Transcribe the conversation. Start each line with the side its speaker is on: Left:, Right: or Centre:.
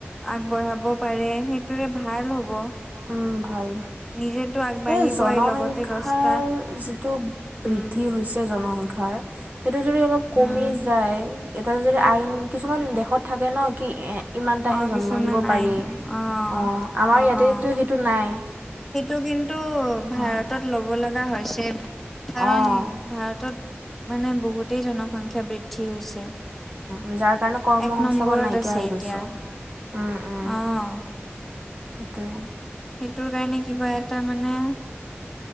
Centre: আগবঢ়াব পাৰে সেইটোৰে ভাল হ'ব।
Right: উম ভাল,
Centre: নিজেতো আগবাঢ়িবই
Right: এ জনসংখ্যাৰ
Centre: লগতে দছটা
Right: যিটো বৃদ্ধি
Centre: উম
Right: জনসংখ্যা সেইটো যদি অলপ কমি
Centre: উম
Right: যায়। এতিয়া যদি আইন কিছুমান দেশত থাকে ন কি এ ইমান তাহে
Centre: অ
Right: জন্ম,
Centre: কিছুমান
Right: দিব পাৰি
Centre: আইন অ
Right: অঁ আমাৰ
Centre: অ
Right: ইয়াতেতো
Centre: অ,
Right: সেইটো নাই
Centre: সেইটো কিন্তু ভাৰতত
Right: অঁ
Centre: লব লগা হৈছে কাৰণ,
Right: অঁ
Centre: ভাৰতত মানে বহুতেই জন, সংখ্যা বৃদ্ধি হৈছে
Right: হৈছে। যাৰ কাৰণে কৰ্ম
Centre: এক
Right: সংস্থাপন
Centre: নম্বৰত
Right: নাইকিয়া
Centre: আছে
Right: হৈ গৈছে
Centre: এতিয়া।
Right: উম, উম।
Centre: অ,
Right: সেইটোৱে,
Centre: সেইটোৰ কাৰণে কিবা এটা মানে।